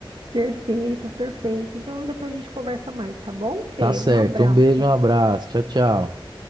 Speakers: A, on the right; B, on the right.
A: Perfeito, perfeito. Então depois a gente conversa mais, tá bom, Fê?
B: Tá certo.
A: Um abraço.
B: Um beijo, um abraço. Tchau, tchau.